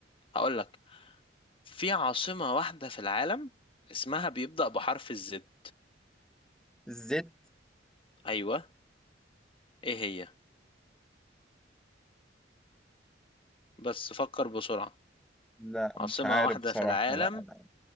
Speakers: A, on the left; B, in the centre.
A: هقول لك في عاصمة واحدة في العالم اسمها بيبدأ بحرف الزد
B: الزد
A: ايوه ايه هي بس فكر بسرعة
B: لا
A: عاصمة
B: مش عارف
A: واحدة
B: بصراحة
A: في العالم
B: لا لا